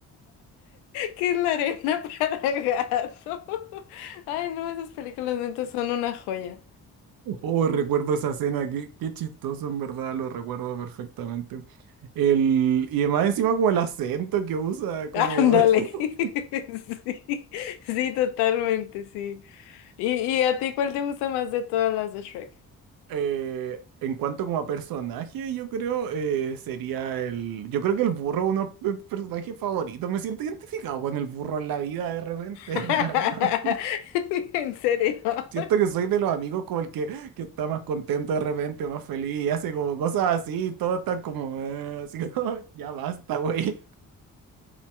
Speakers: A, on the left (about 65°); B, on the right (about 55°).
A: ¿Qué es la arena para gato? <laughs> Ay, no, esas películas neta son una joya.
B: Oh, recuerdo esa escena, qué, qué chistoso, en verdad, lo recuerdo perfectamente. El, y además encima como el acento que usa, como...
A: Ándale.
B: <laughs>
A: <laughs> Sí, sí, totalmente, sí. ¿Y, y a ti cuál te gusta más de todas las de Shrek?
B: Eh, en cuanto como a personaje, yo creo eh, sería el... Yo creo que el burro es uno de mis personajes favoritos. Me siento identificado con el burro en la vida de repente,
A: <laughs>
B: <laughs> la verdad.
A: ¿En serio? <laughs>
B: Siento que soy de los amigos como el que, que está más contento de repente, más feliz, y hace como cosas así, y todo está como... eh, así como, <laughs> ya basta, güey.